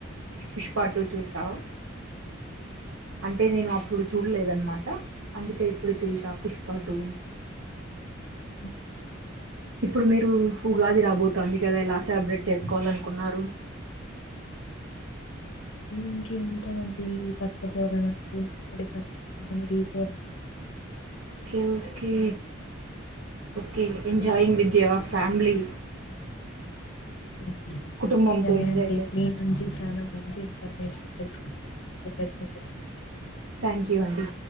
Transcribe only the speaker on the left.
అ
ఇంకేము ఉంటదండి పచ్చ తోరణం మామిడి ప మామిడి తోరణం
ఇలా
<inaudible>
సరే
అండి
మీ నుంచి చాలా మంచి ఇన్ఫర్మేషన్ తెలుసు కృతజ్ఞతలు